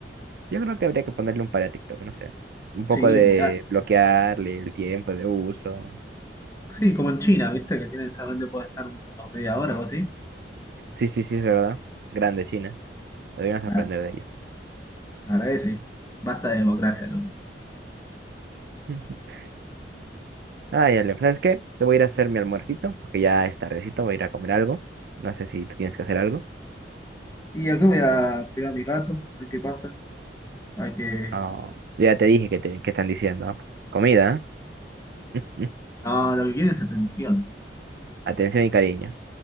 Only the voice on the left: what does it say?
sí,
olvidate.
Sí, como en China, ¿viste? Que tienen solamente puede estar unos media hora o así.
Nah,
la verdad que sí. Basta de democracia, loco.
Y acá voy a cuidar a mi gato, a ver qué pasa. A ver qué.
No, lo que quiere es atención.